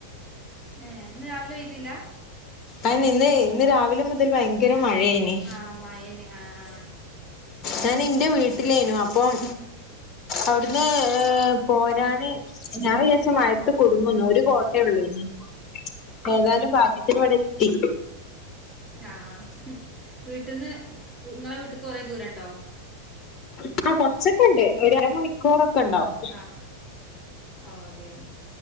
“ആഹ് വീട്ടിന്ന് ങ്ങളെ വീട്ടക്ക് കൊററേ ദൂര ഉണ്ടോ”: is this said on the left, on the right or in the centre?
Right